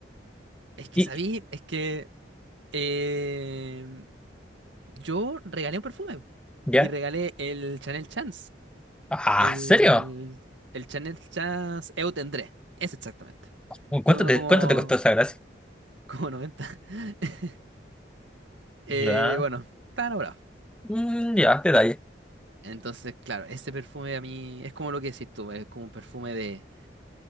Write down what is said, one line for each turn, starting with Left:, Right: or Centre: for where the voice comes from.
Right: Es que
Centre: ¿Y
Right: sabí, es que... em, Yo regalé un perfume
Centre: ya?
Right: y regalé el Chanel Chance,
Centre: Ah,
Right: el,
Centre: ¿en serio?
Right: el Chanel Chance Eu Tendré, es exactamente,
Centre: Uy, ¿Cuánto
Right: que uno
Centre: te,
Right: como,
Centre: cuánto te costó esa gracia?
Right: como noventa, <laughs> Eh,
Centre: Ya.
Right: bueno, está enamorado.
Centre: Mm, ya, detalle.
Right: Entonces, claro, ese perfume a mí es como lo que decís tú, es como un perfume de,